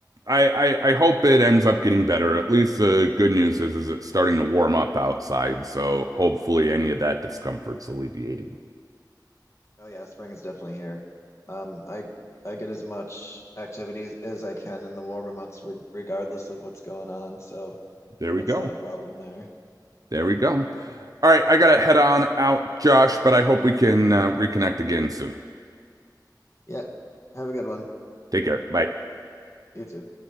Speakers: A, on the right; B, on the left.
A: I, I I hope it ends up getting better. At least the good news is is it's starting to warm up outside, so hopefully any of that discomfort's alleviating.
B: Oh yeah, spring is definitely here. Um, I I get as much activity as I can in the warmer months, re regardless of what's going on, so
A: There we
B: that's
A: go.
B: not a problem there.
A: There we go. All right, I gotta head on out, Josh, but I hope we can uh, reconnect again soon.
B: Yeah, have a good one.
A: Take care. Bye.
B: You too.